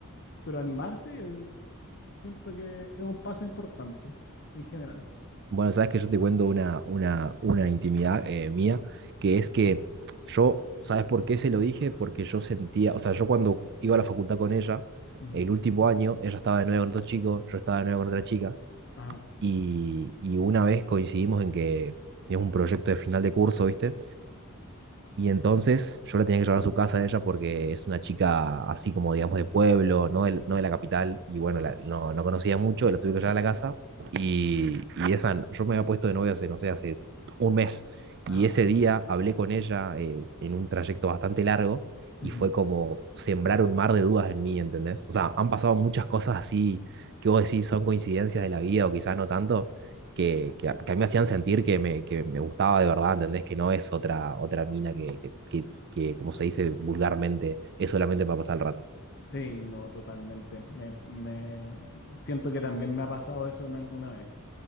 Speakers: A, on the left; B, on the right.
A: pero animarse eh, siento que es un paso importante en general.
B: Bueno, sabes que yo te cuento una, una, una intimidad eh, mía, que es que yo, ¿sabes por qué se lo dije? Porque yo sentía, o sea, yo cuando iba a la facultad con ella,
A: Ujú.
B: el último año, ella estaba de novia con otro chico, yo estaba de novia con otra chica,
A: Ajá,
B: y, y una vez coincidimos en que teníamos un proyecto de final de curso, ¿viste? Y entonces yo la tenía que llevar a su casa a ella porque es una chica así como, digamos, de pueblo, no de, no de la capital. Y bueno,
A: ajá,
B: la- no, no conocía mucho, la tuve que llevar a la casa. Y, y esa, yo me había puesto de novia hace, no sé, hace un mes.
A: ajá.
B: Y ese día hablé con ella eh, en un trayecto bastante largo y
A: ujú.
B: fue como sembrar un mar de dudas en mí, ¿entendés? O sea, han pasado muchas cosas así que vos decís son coincidencias de la vida o quizás no tanto que, que a, que a mí me hacían sentir que me, que me gustaba de verdad, ¿entendés? Que no es otra, otra mina que, que, que- que, como se dice vulgarmente, es solamente para pasar el rato.
A: Sí, no, totalmente. Me, me- siento que también me ha pasado eso en alguna vez.